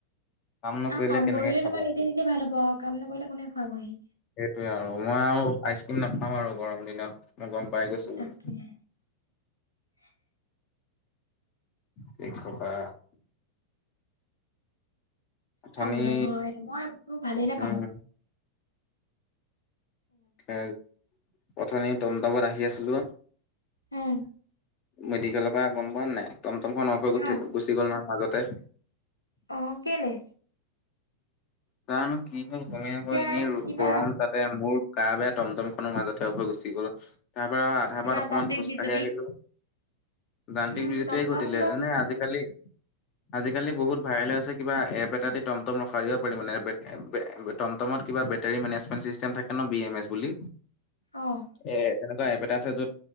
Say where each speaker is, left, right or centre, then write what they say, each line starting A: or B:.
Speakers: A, on the left; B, on the left.
A: নকৰিলে
B: আৰু কাম
A: কেনেকে
B: কৰিলে
A: খাবা
B: তোমাৰ নিজে
A: আৰু
B: নিজে ভাল হব কাম নকৰিলে কোনে খুৱাবহি-।
A: সেইটোৱে আৰু মই আৰু আইচ ক্ৰীম নাখাম আৰু গৰম দিনত, -। মই গম পাই গৈছো
B: তাকে
A: বোলো।
B: <unintelligible>
A: কি কবা অথনি
B: খাব লাগিব মই একো ভালেই নোপাওঁ।
A: উম এ অথনি টমটমত আহি আছিলো।
B: হম
A: মেডিকেলৰ পৰা গম পোৱা নাই টম টমখন হৈঠ
B: অ',
A: গুচি গ'ল ন মাজতে
B: অ কেলে
A: জানো কি হ'ল গমেই নাপাওঁ
B: কিয়
A: এনেই
B: কিবা
A: গৰম তাতে মোৰ গা বেয়া টমটম খনৰ মাজতে উভয় গুচি গল তাৰ পৰা আধা
B: কিবা
A: পাত অকনমান
B: যান্ত্ৰিক
A: খোজ
B: বিজুতি।
A: কাঢ়ি আহিলো। যান্ত্ৰিক
B: উম,
A: বিজটয়ে
B: টমটম
A: ঘটিলে
B: কিবা
A: এনে
B: বিজুতি
A: আজিকালি
B: হ'ল।
A: আজিকালি বহুত- ভাইৰেল হৈ আছে কিবা এপ এটা দি ৰন্ধা টমটম ৰখাই যে কৰিলে মানে টম টমত কিবা বেটেৰী মেনেজমেণ্ট চিষ্টেম থাকে ন বিএম এছ বুলি।
B: অ'।
A: এ কিবা এপ এটা আছে য'ত